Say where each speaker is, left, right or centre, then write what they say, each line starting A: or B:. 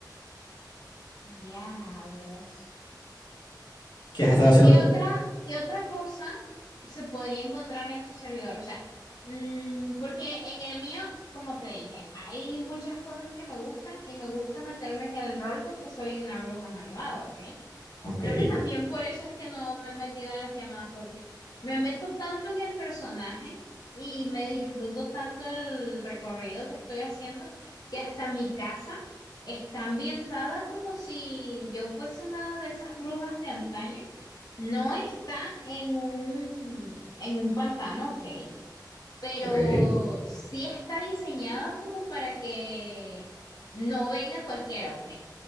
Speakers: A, on the left (about 60°); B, on the left (about 80°).
A: Diablos.
B: ¿Qué has estado
A: ¿Y
B: haciendo
A: qué
B: tú?
A: otra, qué otra cosa se podría encontrar en tu servidor? O sea, mm, porque en el mío, como te dije, hay muchas cosas que me gustan y me gusta meterme en el rol de que soy una bruja malvada, ¿ok?
B: Ok,
A: Creo que también por eso es que no me he metido en las llamadas, porque me meto tanto en el personaje y me disfruto tanto el recorrido que estoy haciendo, que hasta mi casa está ambientada como si yo fuese una de esas brujas de antaño. No está en un, en un pantano, ok, pero
B: ok,
A: sí está diseñada como para que no venga cualquiera, ok.